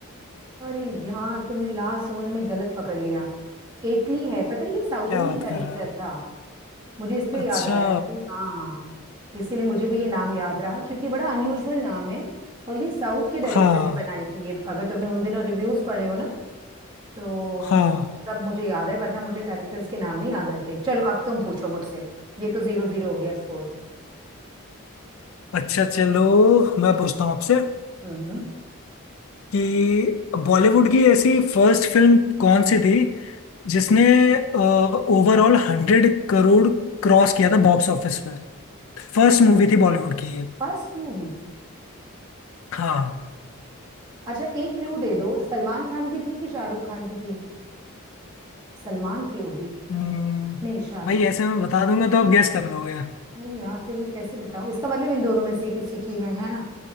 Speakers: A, on the right; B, on the left.
A: अरे यार तुमने लास्ट मोमेंट में गलत पकड़ लिया इटली है पता है ये साउथ
B: क्या
A: इंडियन
B: बात
A: डायरेक्टर
B: कर रहे हो
A: था मुझे इसलिए
B: अच्छा
A: याद आया कि हाँ इसीलिए मुझे भी ये नाम याद रहा क्योंकि बड़ा अनयूजुअल नाम है और ये साउथ के डायरेक्टर
B: हाँ
A: ने बनाई थी ये अगर तुमने उन दिनों रिव्यूज पढ़े हो ना तो
B: हाँ
A: तब मुझे याद है वरना मुझे डायरेक्टर्स के नाम नहीं याद रहते चलो अब तुम पूछो मुझसे ये तो जीरो जीरो हो गया स्कोर
B: अच्छा चलो मैं पूछता हूँ आपसे
A: हम्म
B: कि बॉलीवुड की ऐसी फर्स्ट फिल्म कौन सी थी जिसने ओवरऑल हंड्रेड करोड़ क्रॉस किया था बॉक्स ऑफिस पे फर्स्ट मूवी थी बॉलीवुड की ये
A: First movie
B: हाँ
A: अच्छा एक क्लू दे दो सलमान खान की थी कि शाहरुख खान की थी सलमान की होगी
B: हम्म,
A: नहीं शाहरुख
B: भाई ऐसे मैं बता दूंगा तो आप गैस कर लोगे
A: नहीं यार फिर मैं कैसे बताऊं इसका मतलब इन दोनों में से किसी की है है ना